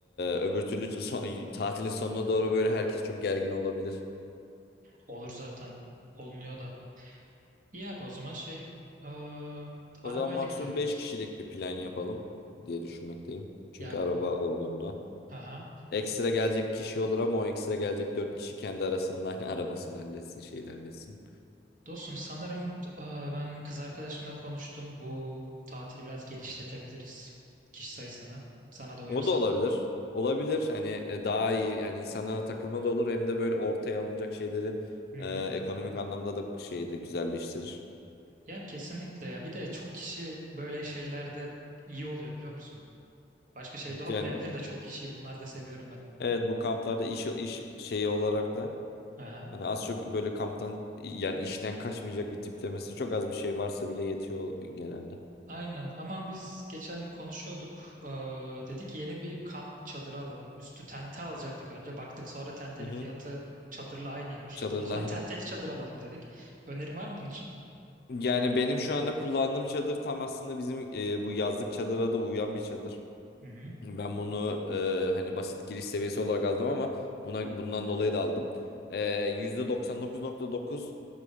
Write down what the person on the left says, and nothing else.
öbür türlü son- tatilin sonuna doğru böyle herkes çok gergin olabilir.
O
zaman maksimum
5 kişilik bir plan yapalım diye düşünmekteyim. Çünkü
araba olduğunda
ekstra gelecek kişi olur ama o ekstra gelecek 4 kişi kendi arasında hani arabasını halletsin şeyini halletsin.
O da olabilir. Olabilir. Hani e, daha iyi. Yani insanlara takılma da olur. Hem de böyle ortaya alınacak şeylerin
e,
ekonomik anlamda da şeyi de güzelleştirir.
Yani
evet bu kamplarda iş iş şeyi olarak da
hani az çok böyle kamptan yani işten kaçmayacak bir tiplemesi çok az bir şey varsa bile yetiyor genelde.
Hı hı.
Çadırla
<laughs> aynı.
Yani benim şu anda kullandığım çadır tam aslında bizim e, bu yazlık çadıra da uyan bir çadır.
Ben bunu e, hani basit giriş seviyesi olarak aldım ama buna bundan dolayı da aldım. E, %99.9